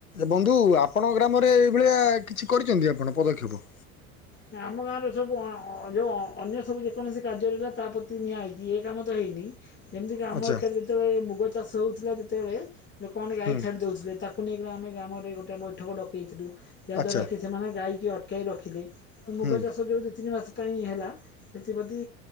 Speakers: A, on the left (about 80°); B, on the left (about 25°).
A: ବନ୍ଧୁ ଆପଣଙ୍କ ଗ୍ରାମରେ ଏଇ ଭଳିଆ କିଛି କରିଛନ୍ତି ଆପଣ ପଦକ୍ଷେପ?
B: ନା ଆମ ଗାଁରେ ସବୁ ଅଁ-ଅଁ-ଯୋଉ ଅନ୍ୟ ସବୁ ଯେକୌଣସି କାର୍ଯ୍ୟରେଗା ତା ପ୍ରତି ନିଆ ହେଇଚି ଏ କାମ ତ ହେଇନି। ଯେମିତି କି ଆମ
A: ଆଚ୍ଛା
B: ଏକରେ ଯେତେବେଳେ ମୁଗ ଚାଷ ହୋଉଥୁଲା ଯେତେବେଳେ ଲୋକମାନେ ଗାଈ
A: ହୁଁ
B: ଛାଡି ଦଉଥିଲେ ତାକୁ ନେଇକ ଆମେ ଗ୍ରାମରେ ଗୋଟେ ବୈଠକ ଡକେଇଥିଲୁ । ୟା
A: ଆଚ୍ଛା
B: ଦ୍ଵାରା କି ସେମାନେ ଗାଈକି ଅଟକାଇ ରଖିଲେ ମୁଗ
A: ହୁଁ
B: ଚାଷ ଯୋଉ ଦି ତିନି ମାସ ପାଇଁ ହେଲା ସେଥିପତି